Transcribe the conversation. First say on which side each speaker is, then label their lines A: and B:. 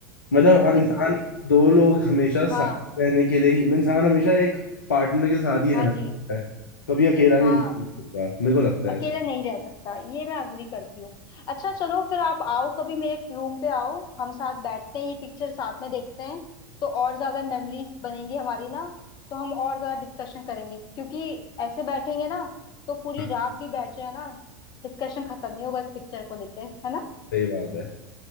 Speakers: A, on the left; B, on the left.
A: मतलब इंसान
B: बिल्कुल
A: दो लोग हमेशा साथ
B: हाँ
A: रहने के लिए ही इंसान हमेशा एक पार्टनर के साथ ही रहना
B: हाँ जी
A: चाहता है कभी अकेला नहीं
B: हाँ
A: जिंदगी में चलता मेरे को लगता है
B: अकेले
A: ऐसा
B: नहीं रह सकता ये मैं अग्री करती हूँ अच्छा चलो फिर आप आओ कभी मेरे रूम पे आओ हम साथ बैठते हैं ये पिक्चर साथ में देखते हैं तो और ज्यादा मेमोरीज बनेंगी हमारी ना तो हम और ज्यादा डिस्कशन करेंगे क्योंकि ऐसे बैठेंगे ना तो पूरी
A: हाँ,
B: रात भी बैठ जाए ना डिस्कशन खत्म नहीं होगा इस पिक्चर को लेके है ना
A: सही बात है